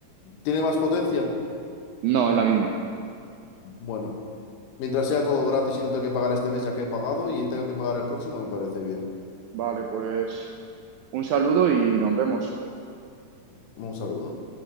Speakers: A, on the left (about 70°); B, on the right (about 85°).
A: ¿Tiene más potencia?
B: No, es la misma.
A: Bueno, mientras sea todo gratis y no tenga que pagar este mes ya que he pagado y tenga que pagar el próximo, me parece bien.
B: Vale, pues un saludo y nos vemos.
A: Un saludo.